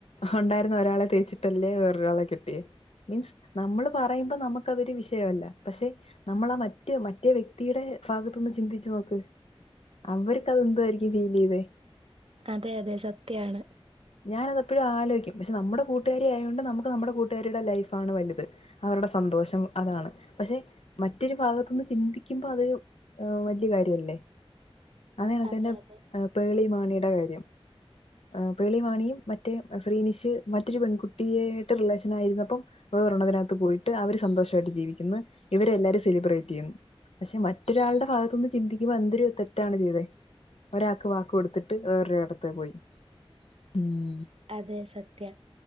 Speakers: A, on the left; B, on the right.
A: ഒൺ ണ്ടായിരുന്ന ഒരാളെ തേച്ചിട്ടല്ലേ വേറൊരാളെ കെട്ടിയേ? മീൻസ് നമ്മള് പറയുമ്പ നമുക്കതൊരു വിഷയവല്ല. പക്ഷെ നമ്മളാ മറ്റ് മറ്റേ വ്യക്തീടെ ഫാഗത്ത്ന്ന് ചിന്തിച്ചു നോക്ക് അവര്ക്കതെന്തുവായിരിക്കും ഫീലെയ്തേ.
B: അതെ അതെ സത്യാണ്.
A: ഞാനതെപ്പെഴും ആലോയ്ക്കും. പക്ഷെ നമ്മടെ കൂട്ടുകാരിയായോണ്ട് നമ്മുക്ക് നമ്മുടെ കൂട്ടുകാരീട ലൈഫാണ് വലുത് ആ വൾടെ സന്തോഷം അതാണ്. പശേ മറ്റൊരു ഭാഗത്ത്ന്ന് ചിന്തിക്കുമ്പ അതൊരു വല്ല്യ കാര്യ ല്ലെ? അതേ കണക്ക്
B: അതെ
A: തന്ന
B: അതെ
A: പേളി മാണിയുടെ കാര്യം ആ പേളി മാണിയും മറ്റേ അ ശ്രീനിഷ് മറ്റൊരു പെൺകുട്ടിയേയിട്ട് റിലേഷൻ ആയിരുന്നപ്പം വേറരെണ്ണത്തിനകത്ത് പോയിട്ട് അവര് സന്തോഷായിട്ട് ജീവിക്കുന്ന്. ഇവര് എല്ലാരും സെലിബ്രേറ്റെയ്യുന്ന്. പശേ മറ്റൊരാൾടെ ഭാഗത്തുന്ന് ചിന്തിക്കുമ്പ എന്തൊരു തെറ്റാണ് ചെയ്തേ. ഒരാക്ക് വാക്ക് കൊട്ത്തിട്ട് വേറൊരാടത്ത് പോയി ഉം.
B: അതെ സത്യാ.